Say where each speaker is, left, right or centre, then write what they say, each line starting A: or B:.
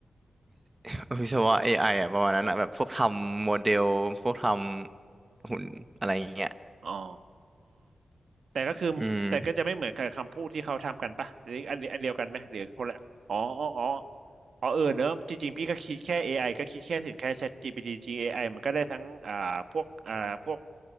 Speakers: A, on the right; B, on the right.
A: <laughs> วิศวะ AI อไออ่ะประมาณนั้นอ่ะแบบพวกทำโมเดลพวกทำหุ่นอะไรอย่างเงี้ย
B: อ๋อแต่ก็คือแต่ก็จะไม่เหมือนกับคำพูดที่เขาทำกันปะหรืออันอันเดียวกันไหมหรือคนละอ๋ออ๋ออ๋อ
A: อืม
B: อ๋อเออเนอะจริงๆพี่ก็คิดแค่เอไ i ก็คิดแค่ถึงแค่ ChatGPT AI มันก็ได้ทั้งอ่าพวกอ่าพวก